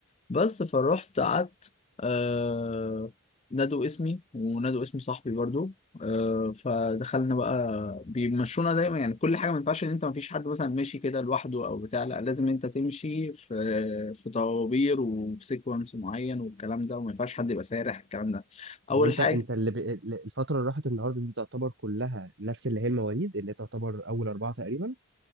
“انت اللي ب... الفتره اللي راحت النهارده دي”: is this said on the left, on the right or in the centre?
Right